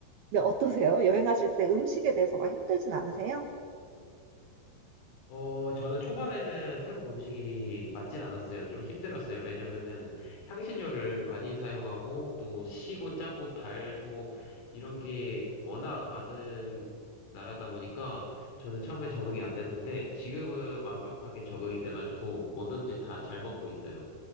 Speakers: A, on the right (about 60°); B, on the left (about 90°).
A: 근데 어떠세요? 여행하실 때 음식에 대해서 막 힘들진 않으세요?
B: 어, 저는 초반에는 태국 음식이 맞진 않았어요. 좀 힘들었어요. 왜냐면은 향신료를 많이 사용하고 또 시고 짜고 달고 이런 게 워낙 많은 나라다 보니까 저는 처음에 적응이 안 됐는데 지금은 완벽하게 적응이 돼가지고 뭐든지 다 잘 먹고 있어요.